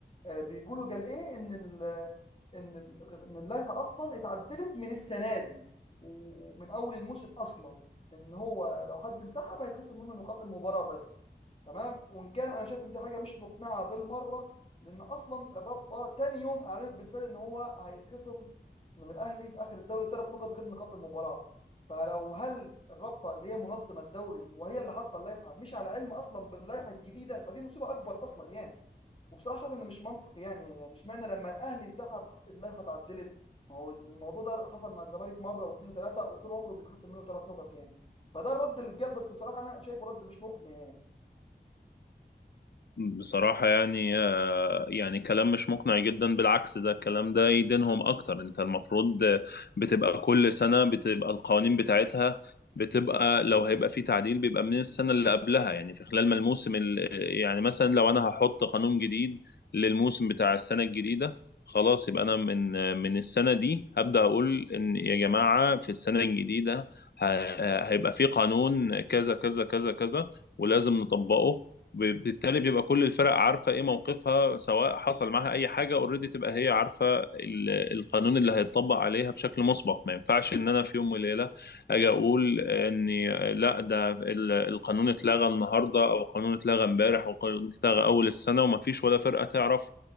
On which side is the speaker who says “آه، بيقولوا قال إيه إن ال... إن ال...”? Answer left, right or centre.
Left